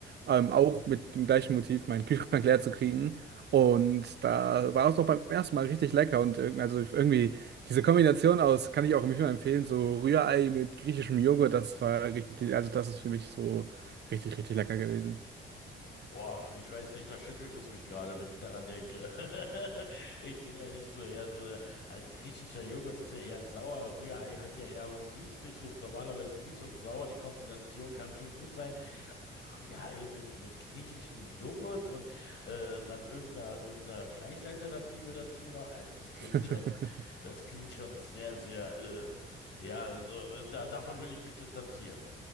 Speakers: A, on the right; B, on the left.
A: ähm, auch mit dem gleichen Motiv, meinen Kühlschrank leer zu kriegen. Und da war es doch beim ersten Mal richtig lecker und irg- also irgendwie diese Kombination aus, kann ich auch immer empfehlen, so Rührei mit griechischem Joghurt, das war richtig, also das ist für mich so richtig, richtig lecker gewesen.
B: Boah, ich weiß nicht, da schüttelt es mich gerade, wenn ich daran denke. <laughs> Ich bin ja nicht so eher so, der- also griechischer Joghurt ist ja eher sauer, Rührei hat ja eher was Süßliches, normalerweise süß und sauer, die Konstellation kann schon gut sein, ja, ey, mit, mit griechischem Joghurt und äh, dann irgendeiner, irgendeiner Fleischalternative dazu noch. Also das klingt
A: <laughs>
B: schon, das klingt schon sehr, sehr, äh, ja, also äh, da, davon will ich mich distanzieren.